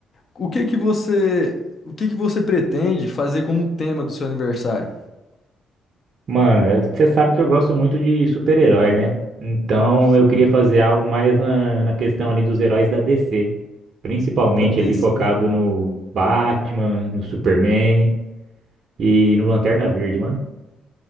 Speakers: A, on the left; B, on the right.
A: o que que você, o que que você pretende fazer como tema do seu aniversário?
B: Mano, é, você sabe que eu gosto muito de super-herói, né? Então
A: Sim,
B: eu queria fazer algo mais na, na questão ali dos heróis da DC, principalmente
A: tá descer.
B: ali focado no Batman, no Superman e no Lanterna Verde, mano.